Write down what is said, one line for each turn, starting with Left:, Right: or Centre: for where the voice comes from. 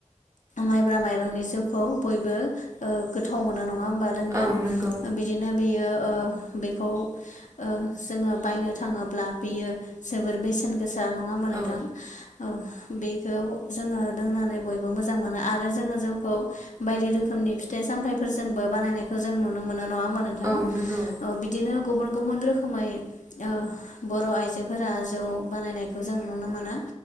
Left: माइब्रा माइरंनि जिउखौ बयबो ओ गोथाव मोनो नङा बा लोंना
Right: औ नंगौ
Left: बिदिनो बेयो ओ बेखौ ओ जोङो बायनो थाङोब्ला बियो जोबोर बेसेन गोसा नङा होमबा नोंथां
Right: औ
Left: औ बेखौ जोङो लोंनानै बयबो मोजां मोनो आरो जोङो जौखौ बायदि रोखोमनि फिथाइ सामथफोरजोंबो बानायनायखौ जों नुनो मोनो नङा हबा नोंथां
Right: औ नंगौ
Left: बिदिनो गुबुन गुबु गुबुन रोखोमै ओ बर' आइजोफोरा जौ बानायनायखौ जों नुनो मोना